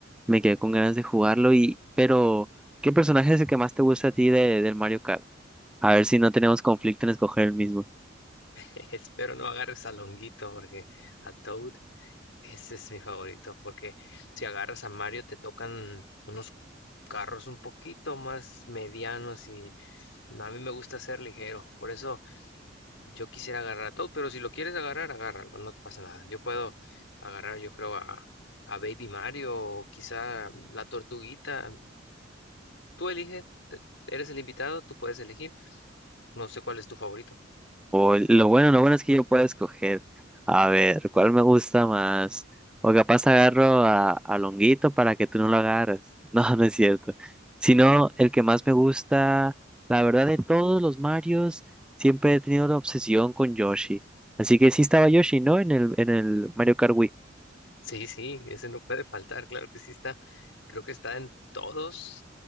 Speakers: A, in the centre; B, on the left.
A: me quedé con ganas de jugarlo y pero ¿qué personaje es el que más te gusta a ti de, del Mario Kart? A ver si no tenemos conflicto en escoger el mismo.
B: <laughs> Espero no agarres a Longuito porque a Toad ese es mi favorito porque si agarras a Mario te tocan unos carros un poquito más medianos y no, a mí me gusta ser ligero. Por eso yo quisiera agarrar a Toad, pero si lo quieres agarrar, agárralo, no te pasa nada. Yo puedo agarrar, yo creo, a, a Baby Mario o quizá la tortuguita. Tú eliges, te- eres el invitado, tú puedes elegir. No sé cuál es tu favorito.
A: O lo bueno, lo bueno es que yo puedo escoger. A ver, ¿cuál me gusta más? O capaz agarro a, a Longuito para que tú no lo agarres. <laughs> No, no es cierto. Sino el que más me gusta, la verdad de todos los Marios, siempre he tenido la obsesión con Yoshi. Así que sí estaba Yoshi, ¿no? En el, en el Mario Kart Wii.
B: Sí, sí, ese no puede faltar, claro que sí está. Creo que está en todos.